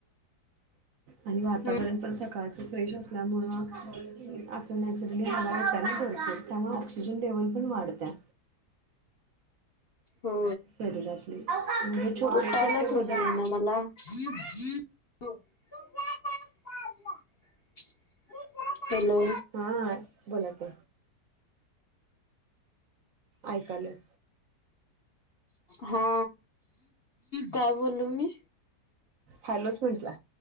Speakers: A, on the right (about 65°); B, on the left (about 55°).
A: आणि वातावरण
B: हम्म
A: पण सकाळच फ्रेश असल्यामुळं आस तिथली हवा येत्या ना भरपूर त्यामुळ ऑक्सिजन लेवल पण वाढतं.
B: हो
A: शरीरातली म्हणजे छोटे
B: उठायलाच
A: छोटे
B: होत
A: बदल
B: नाही ना मला <unintelligible> हॅलो
A: हा बोला की आयकालोय.
B: हा काय बोललू मी.
A: हॅलोच म्हंटला.